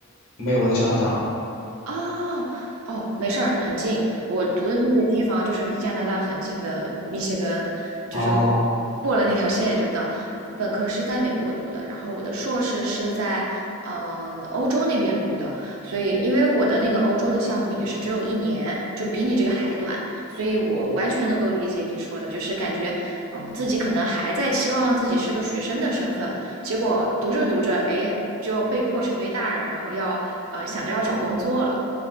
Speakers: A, on the left; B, on the right.
A: 没有，我在加拿大。
B: 哦哦，没事儿，很近。我读的那个地方就是离加拿大很近的密歇根，
A: 哦，
B: 就是过了那条线就到。本科是在美国读的，然后我的硕士是在嗯、呃、欧洲那边读的，所以因为我的那个欧洲的项目也是只有一年，就比你这个还短，所以我完全能够理解你说的，就是感觉嗯、呃自己可能还在期望自己是个学生的身份，结果读着读着，哎。就要被迫成为大人，然后要呃想着要找工作了，